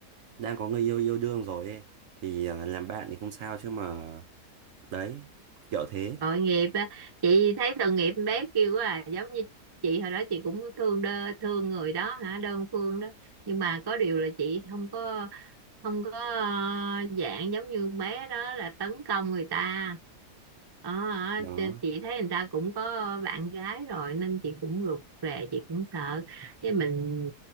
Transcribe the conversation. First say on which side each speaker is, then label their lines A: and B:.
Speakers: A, on the right; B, on the right.
A: đang có người yêu yêu đương rồi ấy thì à, làm bạn thì không sao chứ mà đấy, kiểu thế.
B: tội nghiệp á chị thấy tội nghiệp con bé kêu quá à giống như chị hồi đó chị cũng thương đơ thương người đó hả đơn phương đó nhưng mà có điều là chị không có không có ờ, dạng giống như con bé đó là tấn công người ta ờ,
A: Đó,
B: ờ, chị thấy người ta cũng có bạn gái rồi nên chị cũng rụt rè chị cũng sợ cái mình